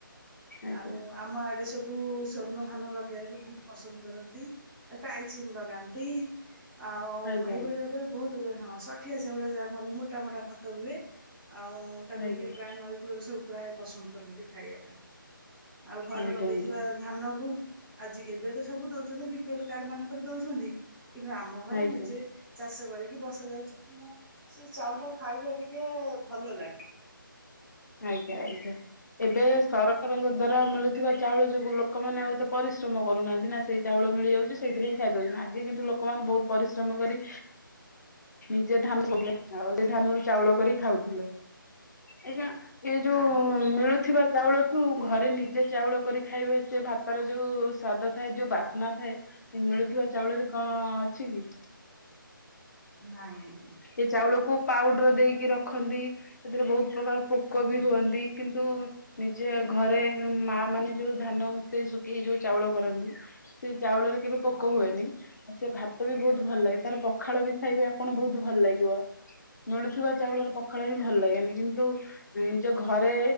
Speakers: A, on the left; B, in the centre.
A: ଆଜ୍ଞା ଆଜ୍ଞା
B: ଆଉ ଆମ ଆ ଡେ ସବୁ ସ୍ଵର୍ଣ୍ଣ ଧାନ ଲଗେଇବାକୁ ବୋହୁତ ପସନ୍ଦ କରନ୍ତି। ଆଉ ଟାଇଚିନ୍ ଲଗାନ୍ତି ଆଉ
A: ଆଜ୍ଞା
B: ଏଇଭଳି
A: ଆଜ୍ଞା
B: ଭାବରେ ବୋହୁତ ଗୁଡେ ହଁ ଷଠିଆ ଚାଉଳ ଯାହାକୁ କହନ୍ତି ମୋଟା ମୋଟା ଭାତ ହୁଏ ଆଉ
A: ଆଜ୍ଞା
B: ତାକୁ ଟିକେ ପ୍ରାୟ ନଈକୂଳରେ ସବୁ ପ୍ରାୟେ ପସନ୍ଦ କରନ୍ତି ଖାଇବା ପାଇଁ ଆଉ ଘର
A: ଆଜ୍ଞା
B: ଲୋ
A: ଆଜ୍ଞା
B: ଧାନକୁ ଆଜି ଏବେ ତ ସବୁ ଦୋଉଛନ୍ତି ବି-ପି-ଏଲ କାର୍ଡ ମାନଙ୍କର ଦୋଉଛନ୍ତି କିନ୍ତୁ ଆମ ଘରେ
A: ଆଜ୍ଞା
B: ନିଜେ ଚାଷ କରିକି ବସା ଯାଉଚି କାହିଁକିନା ସେ ଚାଉଳଟା ଖାଇଲେ ଟିକେ ଭଲ ଲା
A: ଆଜ୍ଞା ଆଜ୍ଞା। ଏବେ ସରକାରଙ୍କ ଦ୍ଵାରା ମିଳୁଥିବା ଚାଉଳ ଯୋଗୁ ଲୋକମାନେ ଆଉ ଏତେ ପରିଶ୍ରମ କରୁନାହାନ୍ତି ନା ସେଇ ଚାଉଳ ମିଳିଯାଉଚି ସେଇଥିରେ ହିଁ ଖାଇ ଦୋଉଚନ୍ତି ଆଗେ କିନ୍ତୁ ଲୋକମାନେ ବୋହୁତ ପରିଶ୍ରମ କରି ନିଜେ ଧାନ ସେ ଧାନରୁ ଚାଉଳ କରି ଖାଉଥିଲେ ଆ୍ଞା। ଏ ଯୋଉ
B: ଆଜ୍ଞା
A: ମିଳୁଥିବା ଚାଉଳଠୁ ଘରେ ନିଜେ ଚାଉଳ କରି ଖାଇବେ ସେ ଭାତର ଯୋଉ ସ୍ୱାଦ ଥାଏ ଯୋଉ ବାସ୍ନା ଥାଏ। ମିଳୁଥିବା ଚାଉଳରେ କଣ ଅଛି କି।
B: ନାଇଁ ଆଜ୍ଞା।
A: ଏ ଚାଉଳକୁ ପାଉଡର ଦେଇକି ରଖନ୍ତି ସେଥିରେ ବହୁତ ପ୍ରକାର ପୋକ
B: ଆଜ୍ଞା
A: ବି ହୁଅନ୍ତି। କିନ୍ତୁ ନିଜେ
B: ଆଜ୍ଞା
A: ଘରେ ମା ମାନେ ଯୋଉ ଧାନ ଵସେଇ ଶୁଖେଇ ଯୋଉ ଚାଉଳ କରନ୍ତି ସେ ଚାଉଳରେ କେବେ ପୋକ
B: ଆଜ୍ଞା।
A: ହୁଏନି ଆଉ ସେ ଭାତ ବି ବହୁତ
B: ନାଇଁ
A: ଭଲ ଲାଗେ ତାର ପଖାଳ ବି ଖାଇବେ ଆପଣ ବହୁତ ଭଲ ଲାଗିବ ମିଳୁଥିବା ଚାଉଳର
B: ଆଜ୍ଞା ଆଜ୍ଞା
A: ପଖାଳ
B: ଆଜ୍ଞା
A: ହିଁ ଭଲ ଲାଗେନି କିନ୍ତୁ ନିଜ ଘରେ